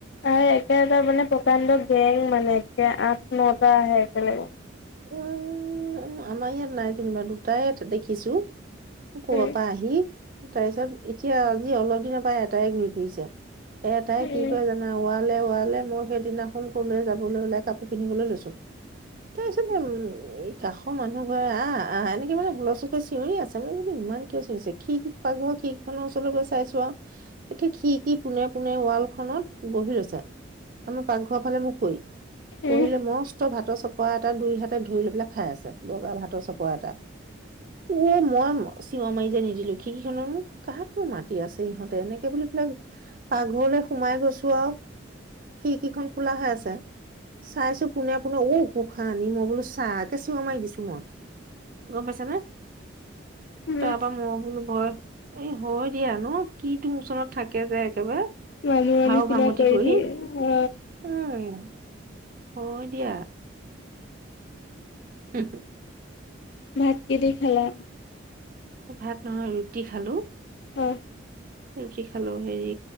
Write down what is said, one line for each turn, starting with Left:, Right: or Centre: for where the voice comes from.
Left: আৰু একেটা মানে প্ৰকাণ্ড গেং মানে একে, আঠ-নটা আহে একেলগে।
Right: উম উম, আমাৰ ইয়াত নাই যেনিবা দুটায়ে দেখিছো। কবাৰ
Left: উম
Right: পৰা আহি, তাৰপিছত এতিয়া আজি অলপ দিনৰ পৰা এটাই ঘূৰি ফুৰিছে। এটাই
Left: উম
Right: কি কৰে জানা? ওৱালে ওৱালে মই সেইদিনাখন কলৈ যাবলৈ ওলাই কাপ পিন্ধিবলৈ লৈছো। তা
Left: <unintelligible>
Right: এই কাষৰ মানুহ ঘৰে আহ আহ, এনেকে মানে হুলস্থূল কৰি চিঞৰি আছে। মই বোলো ইমান কিয় চিঞৰিছে। খিৰিকী পা ঘৰ খিৰিকি ওচৰলৈ গৈ চাইছো আউ। এ খিৰিকীৰ পোনে পোনে ৱাল খনত বহি লৈছে। আমাৰ পাকঘৰৰ ফালে মোখ কৰি। বহি
Left: উম
Right: লৈ মস্ত ভাতৰ চপৰা এটা দুই হাতে ধৰি লৈ পেলাই খাই আছে, বগা ভাতৰ চপৰা এটা। উৱ, মই চিঞৰ মাৰি যে নিদিলো। খিৰিকী খনৰ মোক কাকনো মাটি আছে ইহঁতে এনেকে বুলি পেলাই পাকঘৰলৈ সোমাই গৈছো। ও আৰু। খিৰিকীখন খোলা হৈ আছে। চাইছো পোনে পোনে ঔ উশাহ আনি মই বোলো চাহ একে চিঞৰ মাৰি দিছো মই। গম পাইছা নে?
Left: উ <unintelligible>
Right: তাৰ পৰা মই বোলো, ভয় এই হয় দিয়া ন কিটো মূচনত থাকে যে একেবাৰে।
Left: মানুহৰ
Right: ভাও
Left: নিচিনা
Right: ভাংগঠি কৰি
Left: থাকে
Right: উম
Left: অ
Right: হয় দিয়া <unintelligible>
Left: ভাত কি দি খালা?
Right: ভাত নহয় ৰুটি খালো।
Left: অ
Right: ৰুটি খালো হেৰি